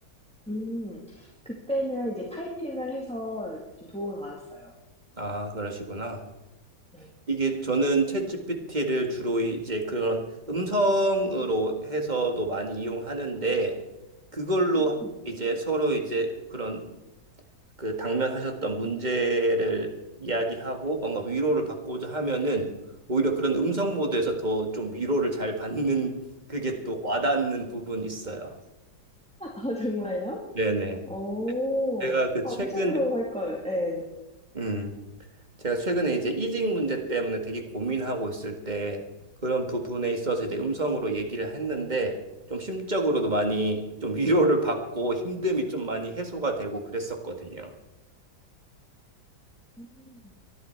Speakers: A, in the centre; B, on the right.
A: 음, 그때는 이제 타이핑을 해서 좀 도움을 받았어요.
B: 아, 그러시구나.
A: 네.
B: 이게 저는 챗GPT를 주로 이제 그런 음성으로 해서도 많이 이용하는데 그걸로
A: 음.
B: 이제 서로 이제 그런 그 당면하셨던 문제를 이야기하고 뭔가 위로를 받고자 하면은 오히려 그런 음성 모드에서 더 좀 위로를 잘 받는 그게 또 와닿는 부분이 있어요.
A: 아, 정말요?
B: 네네.
A: 오,
B: 제가 그
A: 아,
B: 최근에
A: 음성으로 할 걸. 예.
B: 음. 제가 최근에 이제 이직 문제 때문에 되게 고민하고 있을 때 그런 부분에 있어서 이제 음성으로 얘기를 했는데 좀 심적으로도 많이 좀 위로를 받고 힘듦이 좀 많이 해소가 되고 그랬었거든요.
A: 음.